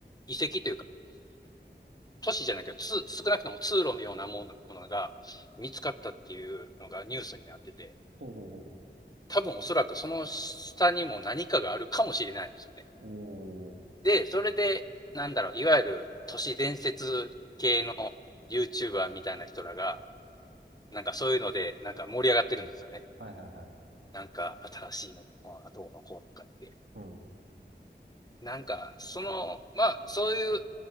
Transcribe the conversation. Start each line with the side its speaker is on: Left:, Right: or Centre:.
Left: 遺跡、都市じゃないけど、つ少なくとも通路のようなものものが見つかったっていうのがニュースになってて、
Right: ほうほうほう。
Left: 多分おそらくその下にも何かがあるかもしれないんですよね。
Right: おー。
Left: で、それで、なんだろう、いわゆる都市伝説系の YouTuber みたいな人らが、なんかそういうので、なんか盛り上がってるんですよね。
Right: はいはいはい。
Left: なんか新しいのがどうのこうのかって。
Right: うん。
Left: なんか、その、まあ、そういう、